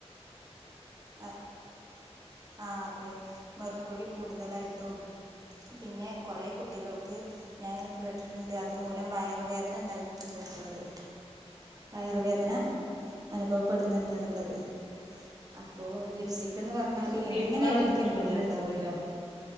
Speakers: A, on the right; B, on the left.
A: ആ ആഹ് അതെ മെർക്കുറി കൂടുതലായിട്ടും. പിന്നെ കുറെ കുട്ടികൾക്ക്. ഞാൻ ഇങ്ങനെ കേട്ടിട്ടുണ്ട് അതുമൂലം വയറ് വേദന ഉണ്ടായിട്ടുണ്ട് എന്നുള്ളത്. വയറുവേദന
B: അതെ
A: അനുഭവപ്പെടുന്നുണ്ട് എന്നുള്ളത്. അപ്പോ ലിപ്സ്റ്റിക് എന്ന് പറഞ്ഞാല്
B: ക്രീമുകൾ
A: എങ്ങനെയാലും
B: ഇറങ്ങിയിട്ടുണ്ടല്ലോ
A: അതിൽ കെമിക്കൽ ഉണ്ടാവൂല്ലോ.